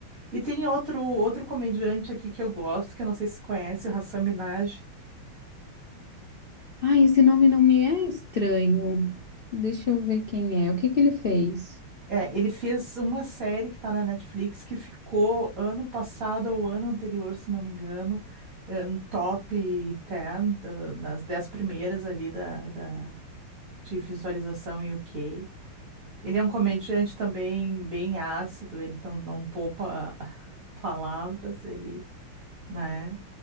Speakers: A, on the right (about 40°); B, on the left (about 70°).
A: E tem outro outro comediante aqui que eu gosto, que eu não sei se conhece, o Hasan Minhaj.
B: Ai, esse nome não me é estranho. Deixa eu ver quem é. O que que ele fez?
A: É, ele fez uma série que está na Netflix que ficou ano passado ou ano anterior, se não me engano, é, no top 10 da- nas 10 primeiras ali da, da, de visualização em UK. Ele é um comediante também bem ácido, ele então não poupa <laughs> palavras, ele né?